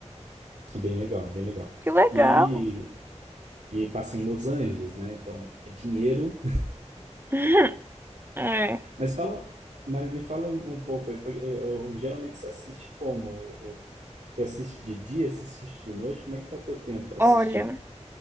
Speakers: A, on the right; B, on the right.
A: É bem legal, é bem legal.
B: Que legal.
A: E, e passa em Los Angeles, né? Então é dinheiro.
B: <laughs> É.
A: Mas fala, mas me fala um, um pouco, aí, porque eu, eu- geralmente você assiste como? Ou- ou Você assiste de dia, você assiste de noite? Como é que tá teu tempo para
B: Olha,
A: assistir?